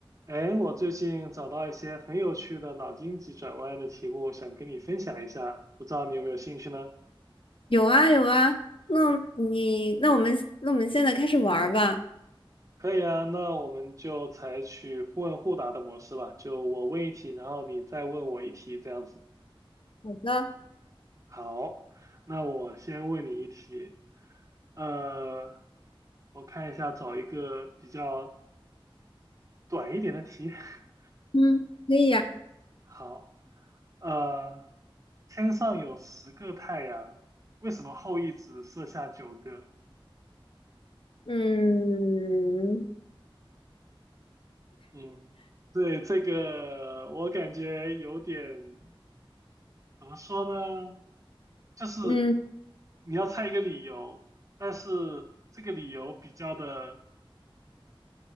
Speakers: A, on the right; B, on the left.
A: 哎，我最近找到一些很有趣的脑筋急转弯的题目，想跟你分享一下，不知道你有没有兴趣呢？
B: 有啊有啊，那你那我们那我们现在开始玩儿吧。
A: 可以啊，那我们就采取互问互答的模式吧，就我问一题，然后你再问我一题，这样子。
B: 好的，
A: 好，那我先问你一题，呃，我看一下，找一个比较短一点的题。<laughs>
B: 嗯，可以呀、
A: 好，呃，天上有十个太阳，为什么后羿只射下九个？
B: 嗯
A: 嗯，对，这个我感觉有点，怎么说呢？就是
B: 嗯
A: 你要猜一个理由，但是这个理由比较的